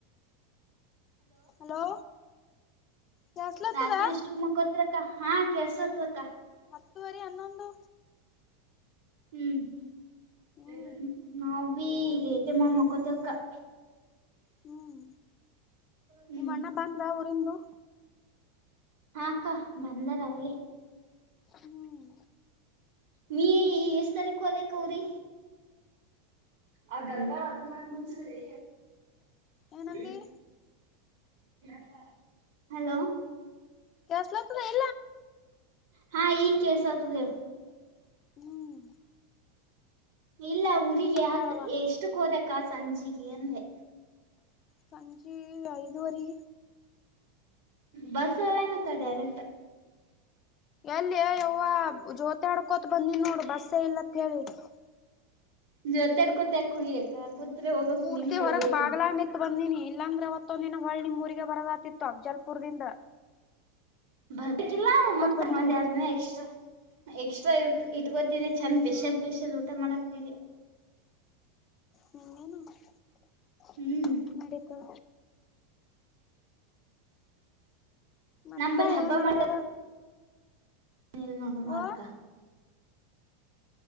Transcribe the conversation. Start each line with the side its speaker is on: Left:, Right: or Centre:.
Left: ಹಲೋ ಕೆಲ್ಸಲತ್ತದ
Right: ರಾತ್ರಿ ಎಷ್ಟುಕ್ ಮೋಖತ್ಕ್ಕ ಹಾ ಕೆಲ್ಸೋತ್ಕ್ಕ
Left: ಹತ್ತುುವರಿ ಹನ್ನೊಂದು
Right: ಹ್ಮ್
Left: ಹ್ಮ್
Right: <unintelligible> ನೀ ಟಮ್ಮ ಮಕ್ಕತಿಕ್ಕ <unintelligible>
Left: ಹ್ಮ್
Right: ಹ್ಮ್
Left: ನಿಮ್ಮ ಅಣ್ಣ ಬಂದ ಊರಿಂದು
Right: ಹಾ ಅಕ್ಕ ಬಂದಾರ ಅವಾಗೆ
Left: ಹ್ಮ್
Right: ನೀ ಎಷ್ಟ್ ತಾರೀಕು ಅದೇಕ ಅವ್ರಿ ಆ ಗಂಧ ಆಗಮ ಮುಂಚರಿ
Left: ಏನಂದಿ
Right: <unintelligible> <unintelligible> ಹಲೋ
Left: ಕಸಲ <unintelligible>
Right: ಹಾ ಈ ಕೇಳಿಸುತ್ತದೆ <unintelligible>
Left: ಹ್ಮ್ <inaudible>
Right: ಇಲ್ಲ ಊರಿಗೆ ಹತ್
Left: ಹೇಳವಾ
Right: ಎಷ್ಟಕ್ ಹೋದಕ್ಕ ಸಂಜಿಗೆ ಅಂದೆ
Left: ಸಂಜಿ <unintelligible> ವರೆ
Right: ಬಸ್ <unintelligible> ನತ್ತ ಡೈರೆಕ್ಟ್
Left: ಎಲ್ಲಿ ಯವ್ವ ಜ್ಯೋತ ಆಡ್ಕೋತ ಬಂದನ್ ನೋಡು ಬಸ್ಸ ಇಲ್ಲ <unintelligible>
Right: ಜೊತೆಡ್ ಕೋತಾಕ ಹ್ಯಕ ಕೂತ್ರೆೆ ಹೋಗ್ಬೇಕು
Left: ಪೂರ್ತಿ
Right: ನಿಂತ್ರೇ
Left: ಹೊರಗ್
Right: ಹೋಗ್ಬೇಕು
Left: ಬಾಗ್ಲಾಗ ನಿತ್ ಬಂದಿನಿ ಇಲ್ಲಾಂದ್ರೆ ಒತ್ತೊಂದ ದಿನ ಹೊ ನಿಮಮ್ಮ ಊರಿಗೆ ಬರೋದ ಆತಿತ್ತು ಜಲ್ಪೂರ್ದಿಂದ
Right: ಬರ್ಬೇಕಿಲ್ಲ ಮತ
Left: ಬಂದೀನಿ
Right: ಒಂದ್ ಎರಡು ದಿನ ಎಕ್ಸ್ಟ್ರಾ ಎಕ್ಸ್ಟ್ರಾ ಇ ಇಟ್ಕೋತಿ
Left: ಹ್ಮ್
Right: ಚೆಂದ ಸ್ಪೆಷಲ್ ಸ್ಪೆಷಲ್ ಊಟ ಮಾಡಕ್ತಿದೆ
Left: ನಿನಗೆ <unintelligible>
Right: ಹ್ಮ್
Left: ನಡಿತದೆ ಮತ್ತ
Right: ನಮ್ಮಲ್ ಹಬ್ಬ
Left: ಏನ್ ನಡದದ
Right: ಮಾಡ <unintelligible> ನೀ ನೋಡು
Left: ಓ
Right: ಅಕ್ಕ